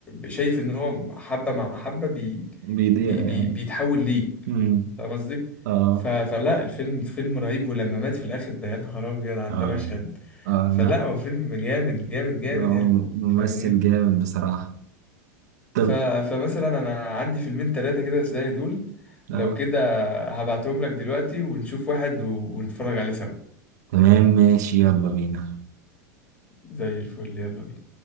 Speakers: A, on the left; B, on the right.
A: شايف ان هو حبة مع حبة بي...
B: بيضيع
A: بي... بي...
B: يعني
A: بيتحول ليه
B: مم.
A: فاهم قصدي؟
B: اه
A: ف... فلا الفيلم فيلم رهيب ولما مات في الآخر ده يا نهار أبيض على
B: اه
A: ده مشهد
B: اه
A: فلا
B: لا
A: هو فيلم جامد جامد جامد
B: هو
A: يعني
B: ممثل
A: فاهمني؟
B: جامد بصراحة طب
A: ف... فمثلا أنا عندي فيلمين تلاتة كده زي دول لو
B: اه
A: كده هبعتهم لك دلوقتي ونشوف واحد و... ونتفرج عليه سوا
B: تمام ماشي يلا بينا
A: زي الفل يلا بينا